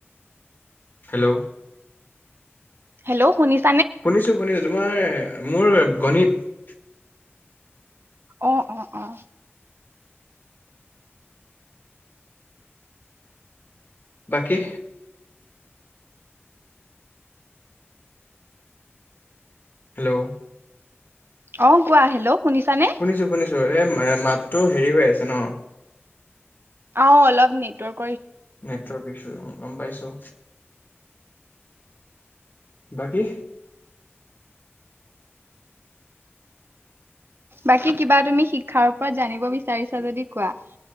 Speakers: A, on the left; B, on the right.
A: হেল্ল'।
B: হেল্' শুনিছো।
A: শুনিছো শুনিছো, তোমাৰ মোৰ গণিত।
B: অ অ অ।
A: বাকী হেল্ল'।
B: অ কোৱা হেল্ল শুনিছানে।
A: শুনিছো শুনিছো মাতটো হেৰি হৈ আছে ন'।
B: অ অলপ নেটৱৰ্ক।
A: মেটচৰ বিষয়ে। গম পাইছোঁ বাকী।
B: বাকী কিবা তুমি শিক্ষাৰ ওপৰত জানিব বিচাৰিছা যদি কোৱা।